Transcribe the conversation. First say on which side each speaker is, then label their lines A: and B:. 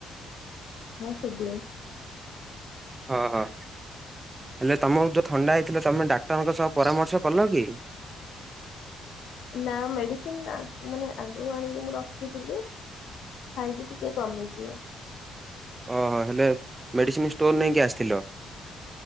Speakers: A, on the left; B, on the right.
A: ହଁ ସିିଡିଏ।
B: ହଁ -ହଁ। ହେଲେ ତମକୁ ଯୋଉ ଥଣ୍ଡା ହେଇଥିଲା ତମେ ଡାକ୍ତରଙ୍କ ସହ ପରାମର୍ଶ କଲ କି?
A: ନା ମେଡିସିନ ମାନେ ଆଗରୁ ଆଣିକି ମୁଁ ରଖିଥିଲି। ଖାଇଛି ଟିକେ କମିଛି।
B: ଓହୋ ହେଲେ ମେଡ଼ିସିନ ଷ୍ଟୋର ନେଇକି ଆସିଥିଲ।